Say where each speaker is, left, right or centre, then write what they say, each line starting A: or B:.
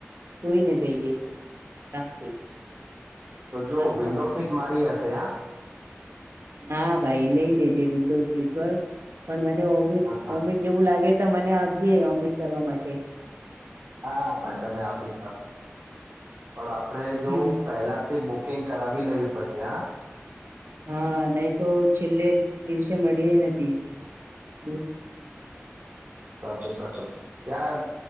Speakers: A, on the right; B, on the right.
A: જોઈ ન જઈએ આરામથી
B: તો જો
A: બસ
B: વિન્ડો સીટ મારી હશે હા
A: હા ભાઈ લઈ લેજ વિન્ડો સીટ મિડ
B: હા
A: ઓમિડ જેવું લાગે તો મને આપજે ઓમિટ કરવા માટે
B: હા ભાઈ તને આપીશ આપીશ પણ આપણે
A: હમ
B: જો પહેલાથી બુકિંગ કરાવી લેવી પડશે હા
A: હા નહી તો છેલ્લે દિવસે મળી એ નથી <inaudible>
B: <unintelligible> સાચું સાચું યાર